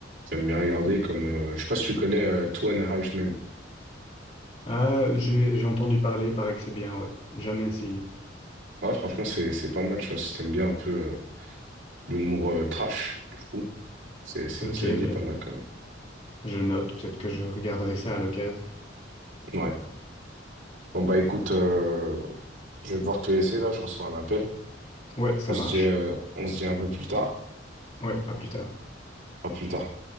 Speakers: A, on the right; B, on the left.
A: j'aime bien regarder, comme, euh, je sais pas si tu connais euh, Two and a Half Men.
B: Ah, j'ai j'ai entendu parler, paraît que c'est bien, ouais. Jamais essayé.
A: Ouais, franchement, c'est, c'est pas mal, tu vois, si t'aimes bien un peu euh, l'humour euh, trash, du coup, c'est, c'est
B: Ok,
A: une série qui
B: ben,
A: est pas mal quand même.
B: je note. Peut-être que je regarderai ça à l'occasion.
A: Ouais. Bon, bah écoute, euh, je vais devoir te laisser là, je reçois un appel.
B: Ouais, ça
A: On se
B: marche.
A: dit, euh, on se dit un peu plus tard.
B: Ouais, à plus tard.
A: À plus tard.